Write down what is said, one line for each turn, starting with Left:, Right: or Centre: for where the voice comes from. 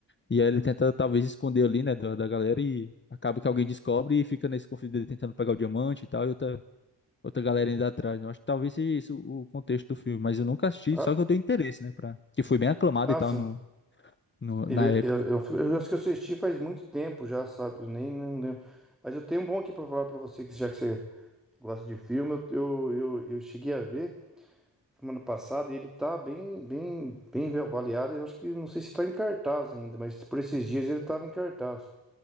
Left: E aí ele tenta talvez esconder ali, né, da, da galera e acaba que alguém descobre e fica nesse conflito dele tentando pegar o diamante e tal, e outra, outra galera ainda atrás, né? Eu Acho que talvez seja isso o contexto do filme, mas eu nunca assisti,
Centre: Ah,
Left: só que eu tenho interesse, né, pra... que foi bem aclamado
Centre: ah,
Left: e tal
Centre: sim.
Left: no, no,
Centre: Ele,
Left: na época.
Centre: eu, eu, eu acho que eu assisti faz muito tempo já, sabe? Eu nem, nem lembro. Mas eu tenho um bom aqui pra falar pra você, que já que você gosta de filme, eu, eu, eu, eu cheguei a ver semana passada e ele tá bem, bem, bem avaliado. Eu acho que não sei se tá em cartaz ainda, mas por esses dias ele tava em cartaz.